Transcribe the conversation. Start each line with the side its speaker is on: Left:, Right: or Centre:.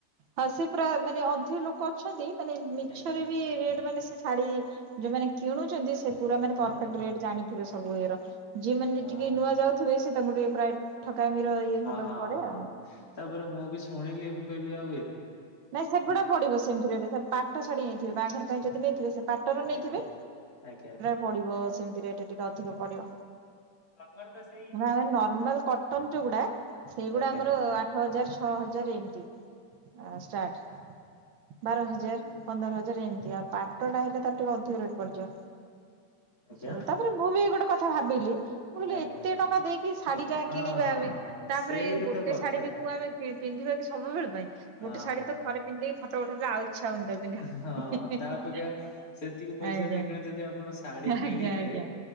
Right: ହଁ ସେ ପୁରା ମାନେ ଅଧିକ ଲୋକ ଅଛନ୍ତି ମାନେ ମିଛରେ
Left: ଆଜ୍ଞା
Right: ବି ରେଟ୍ ମାନେ ସେ ଶାଢ଼ୀ ଯୋଉମାନେ କିଣୁଛନ୍ତି ସେ ପୁରା ମାନେ
Left: ହଁ
Right: ପରଫେକ୍ଟ ରେଟ ଜାଣିଥିବେ ସବୁ ଇଏର ଯିଏ ମାନେ
Left: ହଁ
Right: ଟିକେ ନୂଆ ଯାଉଥିବେ ସେ ତାଙ୍କୁ ଟିକେ ପ୍ରାୟ ଠକାମିର ଇଏ ହବାକୁ
Left: ହଁ ହଁ
Right: ପଡ଼େ
Left: ହଁ।
Right: ଆଉ।
Left: ତାପରେ ମୁଁ ବି ଶୁଣିଲି ମୁଁ କହିଲି ଆଉ ଏ
Right: ନାଇଁ ସେଗୁଡ଼ା ପଡ଼ିବ ସେମିତିରେଟ୍ ସେ ପାଟ ଶାଢ଼ୀ ନେଇଥିବେ ବାହାଘର ପାଇଁ ଯଦି ନେଇଥିବେ ସେ ପାଟର ନେଇଥିବେ
Left: ଆଜ୍ଞା ଆଜ୍ଞା।
Right: ପଡ଼ିବ ସେମିତି ରେଟ୍ ଟିକେ ଅଧିକ ପଡ଼ିବ।
Left: କଙ୍ଗର ତ ସେଇ
Right: ନା ଆମେ ନର୍ମାଲ କଟନ ଯୋଉଗୁଡ଼ା ସେଇଗୁଡ଼ା
Left: ଆଜ୍ଞା
Right: ଆମର ଆଠ ହଜାର ଛଅ ହଜାର ଏମିତି ଆ ଷ୍ଟାର୍ଟ ବାର ହଜାର ପନ୍ଦର ହଜାର ଏମିତି ଆଉ ପାଟ ଟା ହେଲେ ତାର ଟିକେ ଅଧିକ ରେଟ୍ ପଡ଼ିଯିବ।
Left: ଆଜ୍ଞା।
Right: ସୁ ତାପରେ ମୁଁ ବି ଗୋଟେ କଥା ଭାବିଲି ବୁହିଲେ
Left: ଆଜ୍ଞା
Right: ଏତେ ଟଙ୍କା ଦେଇକି ଶାଢ଼ୀ ଟା
Left: ହଁ
Right: କିଣିବେ
Left: ହଁ
Right: ଆମେ
Left: ହଁ
Right: ତାପରେ
Left: ସେଇଟା
Right: ଏଇ ଗୋଟେ
Left: ତ କଥା
Right: ଶାଢ଼ୀ କି କୋଉଆମେ ପିନ୍ଧିବା କି ସବୁବେଳ ପାଇଁ
Left: ହଁ
Right: ଗୋଟେ ଶାଢ଼ୀ ତ ଥରେ ପିନ୍ଧିକି ଫଟୋ ଉଠେଇ ଆଉ ଇଛା ହଉନି ତାକୁ ପିନ୍ଧିବା ପାଇଁ।
Left: ହଁ ତା ଅପେକ୍ଷା ସେତିକି ପଇସାରେ
Right: ଆଜ୍ଞା
Left: ଏଇଖିଣା ଯଦି ଆପଣ ଶାଢ଼ୀ କିଣିବେ
Right: ଆଜ୍ଞା ଆଜ୍ଞା